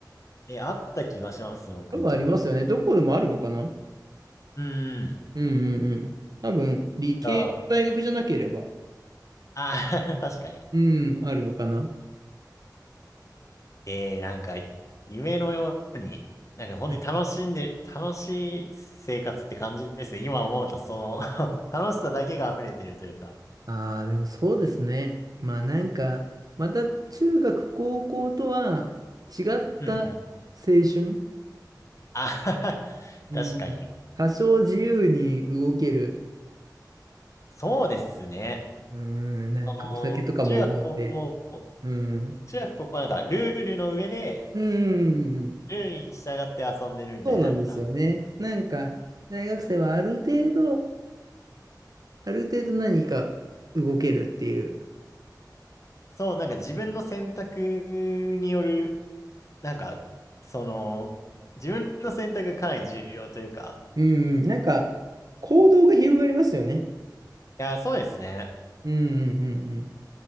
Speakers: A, on the left; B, on the right.
A: え、あった気がします、僕んとこも。
B: 多分ありますよね。どこでもあるのかな
A: うん。
B: うんうんうん。多分、理系の大学じゃなければ、
A: ああー、<laughs> 確かに。
B: うん、あるのかな。
A: えー、なんか、夢のように、なんか本当に楽しんでる、
B: はい。
A: 楽しい生活って感じですね。今思うと、その <laughs> 楽しさだけが溢れてるというか。
B: ああ、でもそうですね。まあなんか、また中学、高校とは違った青
A: うん、うん。
B: 春。
A: あはは <laughs>
B: うん。
A: 確かに。
B: 多少自由に動ける。
A: そうですね。
B: うん、なんかお酒とかも覚えて。
A: その、中学、高校、
B: うん。
A: 中学、高校はなんか、ルールの上で、
B: うんうんうん。
A: ルールに従って遊んでるみたいな。
B: そうなんですよね。なんか、大学生はある程度、ある程度何か動けるっていう。
A: そう、なんか自分の選択による、なんか、その、自分の選択がかなり重要というか、
B: うん、なんか、行動が広がりますよね。
A: いや、そうですね。
B: うん、うん、うん、うん。